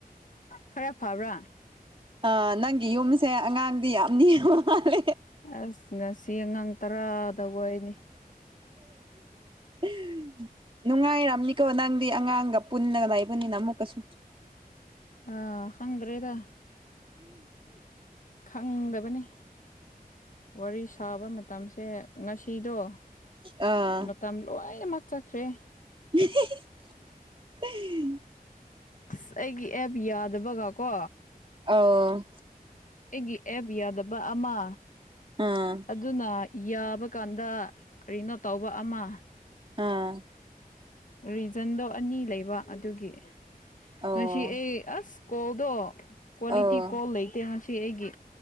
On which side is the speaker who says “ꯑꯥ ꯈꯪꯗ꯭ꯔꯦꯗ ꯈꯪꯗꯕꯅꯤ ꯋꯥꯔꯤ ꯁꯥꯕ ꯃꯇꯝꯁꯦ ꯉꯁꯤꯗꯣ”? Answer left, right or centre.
Left